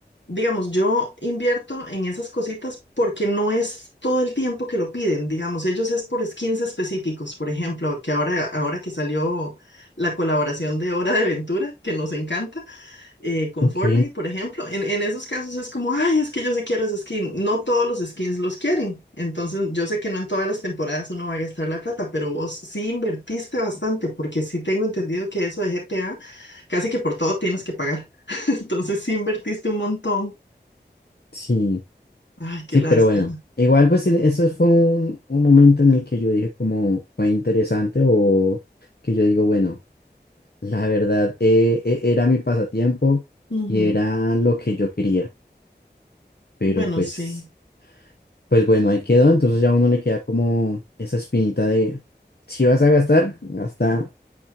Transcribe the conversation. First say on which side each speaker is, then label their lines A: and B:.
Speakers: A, on the left; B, on the left.
A: Digamos, yo invierto en esas cositas porque no es todo el tiempo que lo piden, digamos, ellos es por skins específicos, por ejemplo, que ahora, ahora que salió la colaboración de Hora de Aventura, que nos encanta, eh, con
B: Ok,
A: Fortnite, por ejemplo, en, en esos casos es como, ay, es que yo sí quiero ese skin, no todos los skins los quieren, entonces yo sé que no en todas las temporadas uno va a gastar la plata, pero vos sí invertiste bastante, porque sí tengo entendido que eso de GTA, casi que por todo tienes que pagar, <laughs> entonces sí invertiste un montón.
B: sí,
A: Ay, qué
B: sí,
A: lástima.
B: pero bueno, igual pues el- eso fue un, un momento en el que yo dije como fue interesante o que yo digo, bueno. La verdad, eh, e- era mi pasatiempo
A: Ujú.
B: y era lo que yo quería, pero
A: Bueno,
B: pues,
A: sí.
B: pues bueno, ahí quedó, entonces ya a uno le queda como esa espinita de, si vas a gastar, gasta